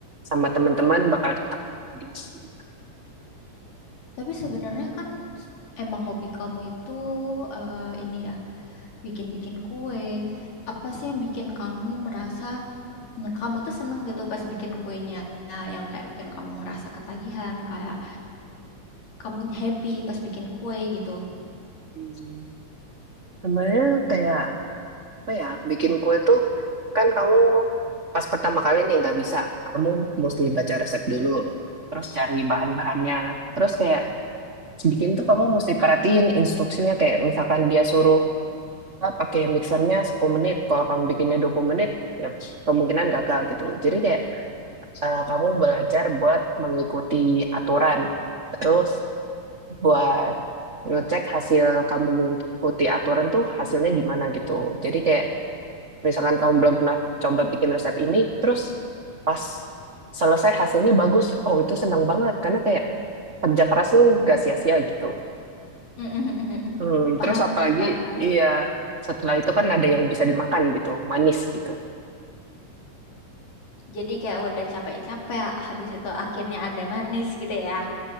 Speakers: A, on the right (about 50°); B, on the left (about 80°).
A: sama teman-teman bakal tetap di sini.
B: Tapi sebenarnya kan s- emang hobi kamu itu eh, ini ya, bikin-bikin kue. Apa sih yang bikin kamu merasa mm, kamu tuh seneng gitu pas bikin kuenya Nah, yang kayak bikin kamu ngerasa ketagihan, kayak kamu happy pas bikin kue gitu.
A: Hmm. Sebenarnya kayak apa ya bikin kue tuh kan kamu pas pertama kali nih nggak bisa. Kamu mesti baca resep dulu. Terus cari bahan-bahannya. Terus kayak bikin tuh kamu mesti perhatiin instruksinya kayak misalkan dia suruh ah, pakai mixernya 10 menit kalau kamu bikinnya 20 menit ya kemungkinan gagal gitu jadi kayak eh, kamu belajar buat mengikuti aturan terus buat ngecek hasil kamu mengikuti aturan tuh hasilnya gimana gitu jadi kayak misalkan kamu belum pernah coba bikin resep ini terus pas selesai hasilnya bagus oh itu seneng banget karena kayak kerja keras tuh gak sia-sia gitu
B: Mm-mm, mm-mm.
A: Hmm,
B: Paham
A: terus apalagi,
B: sih, paham.
A: iya, setelah itu kan ada yang bisa dimakan gitu, manis gitu.
B: Jadi kayak udah capek-capek, habis itu akhirnya ada manis gitu ya.